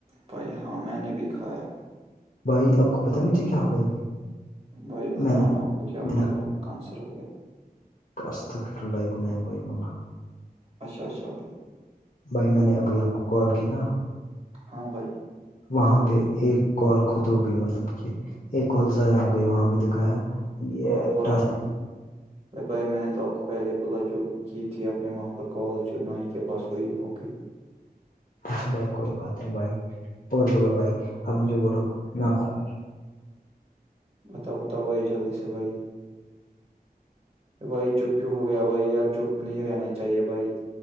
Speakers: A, on the right; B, on the left.
A: بھائی ہاں میں نے بھی کھایا-
B: بھائی آپ کو پتا مجھے کیا ہو گیا بھائی
A: بھائی بتاؤ
B: میں نے
A: نا آپ کو کیا
B: میں
A: ہو گیا آپ کونسر ہو گیا-
B: کست خ ل کو ن بھ بولنا
A: اچھا اچھا بھائی
B: بھائی میں نے ابھائی آپ کو کال کی نا-
A: ہاں بھائی
B: وہاں پہ ایک کال خود ہو گئی مطلب کہ ایک کال ضائع ہو گئی وہاں پہ دکھایا- یہ
A: ہاں بول
B: ٹاسک
A: نا بھائی میں نے تو آپ کو پہلے بولا جو- کی تھی آپ نے وہاں پر کال جو نائی کے پاس ہوئی ہوگئی-
B: اچھا بھائی کوئی بات ہے بھائی اور بولو بھائی آپ نے جو بولو میں آپ کو-
A: بتا- بتا بھائی جلدی سے بھائی- بھائی- چپ کیوں ہو گیا بھائی یار چپ نہیں رہنا چاہیے بھائی-